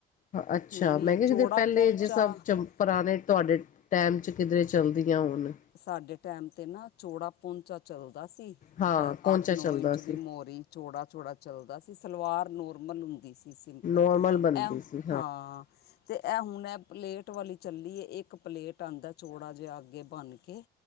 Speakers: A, on the left; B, on the left.
A: ਹ ਅੱਛਾ
B: ਹੁਣ ਹੀ
A: ਮੈਂ ਕਿਹਾ
B: ਚੌੜਾ
A: ਕਿਧਰੇ ਪਹਿਲੇ
B: ਪੌਂਚਾ
A: ਜਿਸ ਚ ਪੁਰਾਣੇ ਤੁਹਾਡੇ ਟਾਈਮ, ਚ ਕਿਧਰੇ ਚੱਲਦੀਆਂ ਹੋਣ।
B: ਸਾਡੇ ਟਾਈਮ ਤੇ ਨਾ, ਚੌੜਾ ਪਹੁੰਚਾ ਚੱਲਦਾ ਸੀ। ਅ
A: ਹਾਂ ਪਹੁੰਚਾ
B: ਅੱਠ, ਨੌ
A: ਚੱਲਦਾ
B: ਇੰਚ
A: ਸੀ
B: ਦੀ ਮੋਹਰੀ ਚੌੜਾ- ਚੌੜਾ ਚੱਲਦਾ ਸੀ ਸਲਵਾਰ ਨੋਰਮਲ ਹੁੰਦੀ ਸੀ। ਇਸੇ ਲਿਤਾਂ
A: ਨੋਰਮਲ ਬਣਦੀ
B: ਐ ਹੁਣ
A: ਸੀ
B: ਹਾਂ। ਤੇ ਐ ਹੁਨ ਐ ਪਲੇਟ ਵਾਲੀ ਚੱਲੀ ਏ, ਇੱਕ ਪਲੇਟ ਆਂਦਾ ਚੌੜਾ ਜੇਆ ਅੱਗੇ ਬੰ ਕੇ